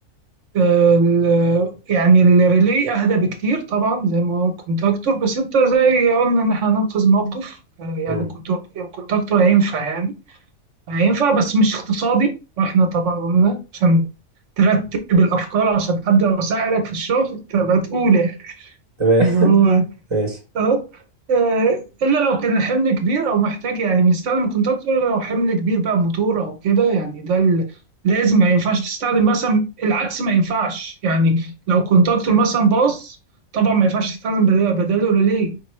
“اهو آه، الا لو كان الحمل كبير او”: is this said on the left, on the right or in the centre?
Right